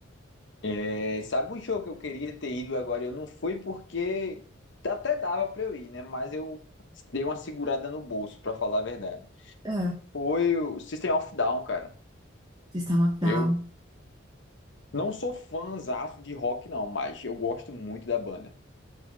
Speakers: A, on the left; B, on the right.
A: É, sabe um show que eu queria ter ido agora? Eu não fui porque até dava pra eu ir, né? Mas eu dei uma segurada no bolso, pra falar a verdade.
B: É.
A: Foi o System of Down, cara.
B: System of Down.
A: Eu não sou fãzaço de rock, não, mas eu gosto muito da banda.